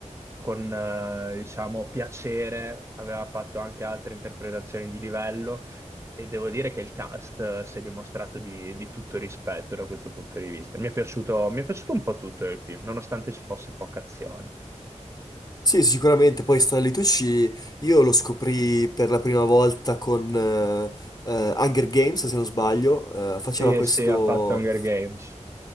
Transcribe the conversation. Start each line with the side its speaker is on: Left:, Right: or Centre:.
Right: con eh, diciamo, piacere, aveva fatto anche altre interpretazioni di livello e devo dire che il cast eh, si è dimostrato di, di tutto rispetto da questo punto di vista. Mi è piaciuto, mi è piaciuto un po' tutto il film, nonostante ci fosse poca azione.
Left: Sì, sicuramente, poi Stanley Tucci io lo scoprì per la prima volta con eh, eh, Hunger Games, se non sbaglio, Eh, faceva
Right: Sì,
Left: questo,
Right: sì, ha fatto Hunger Games.